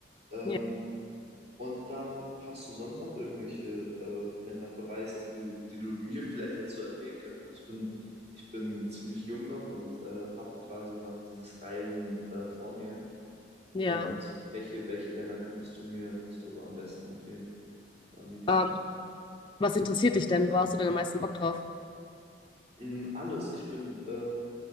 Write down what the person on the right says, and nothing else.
Ähm,
und dann hast du sonst noch irgendwelche äh, Länder bereist, die du, die du mir vielleicht jetzt so empfehlen könntest? Also ich bin, ich bin ziemlich jung noch und äh, habe quasi noch dieses Reisen äh, vor mir.
Und welche, welche Länder könntest du mir so am besten empfehlen, am liebsten?
Mm, alles. Ich bin äh,